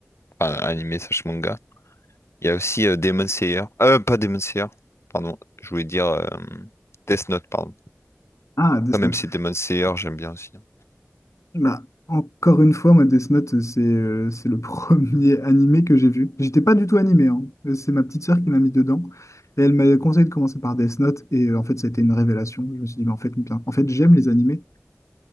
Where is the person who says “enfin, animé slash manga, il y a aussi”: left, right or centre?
Left